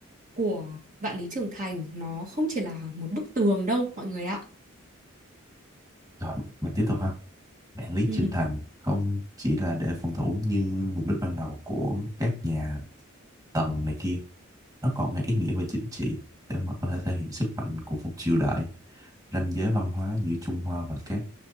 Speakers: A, on the right (about 40°); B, on the right (about 15°).
A: của Vạn Lý Trường Thành. Nó không chỉ là một bức tường đâu mọi người ạ.
B: Rồi, mình tiếp tục ha. Mạng lưới
A: Ừ.
B: trưởng thành không chỉ là để phòng thủ như mục đích ban đầu của các nhà Tần này kia, nó còn mang ý nghĩa về chính trị để mà có thể thể hiện sức mạnh của một triều đại, ranh giới văn hóa giữa Trung Hoa và các